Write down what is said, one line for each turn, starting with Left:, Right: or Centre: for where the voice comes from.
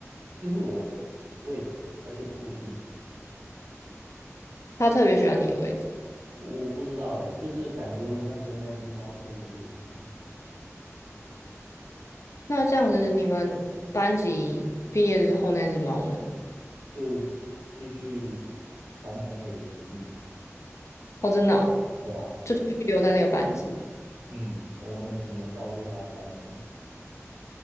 Right: 就是我的位置，而且固定。
Left: 它特别喜欢你的位置。
Right: 我不知道哎、就是感觉我很像跟那一只猫特别有缘呢、
Left: 那这样子，你们班级毕业之后那只猫呢？
Right: 就继续传承给学弟。
Left: 哦，真的哦，
Right: 对啊，
Left: 就继续留在那个班级。
Right: 嗯，我们只能照顾它三年。